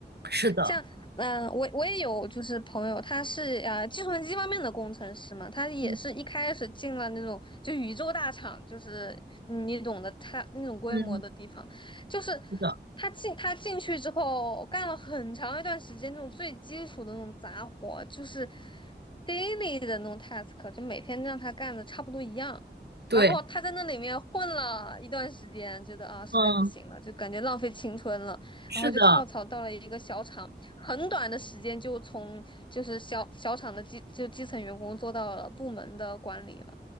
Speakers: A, on the right; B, on the left.
A: 是的，
B: 像嗯、呃我我也有就是朋友，他是呃计算机方面的工程师嘛，他也是一开始进了那种就宇宙大厂，
A: 嗯
B: 就是嗯你懂得他那种规模的地方，
A: 嗯，
B: 就是
A: 是的，
B: 他进他进去之后干了很长一段时间那种最基础的那种杂活，就是 daily 的那种 task，就每天让他干的差不多一样。
A: 对，
B: 然后他在那里面混了一段时间，觉得啊实在不行了，
A: 嗯，
B: 就感觉浪费青春了，
A: 是的。
B: 然后就跳槽到了一个小厂，很短的时间就从就是小小厂的基就基层员工做到了部门的管理了，